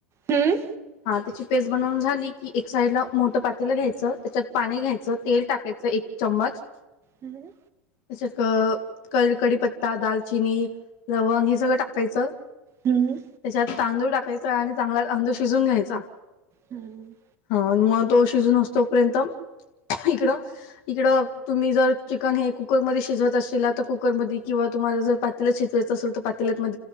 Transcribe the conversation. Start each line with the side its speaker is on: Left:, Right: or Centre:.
Right: हम्म.
Left: हा त्याची पेस्ट बनवून झाली की एक साइडला मोठं पातीला घ्यायचं त्याच्यात पाणी घ्यायचं तेल टाकायचं एक चम्मच
Right: हम्म.
Left: त्याच्यात क- कळी पत्ता दालचिनी लवंग हे सगळं टाकायचं.
Right: हम्म.
Left: त्याच्यात तांदूळ टाकायचा आणि चांगला तांदूळ शिजून घ्यायचा.
Right: हम्म
Left: हा मग तो शिजून होतस तोपर्यंत इकडं इकडं तुम्ही जर चिकन हे कुकरमध्ये शिजवत असेल तर कुकरमध्ये किंवा तुम्हाला जर प शिजवायच असेल तर पातील्यात म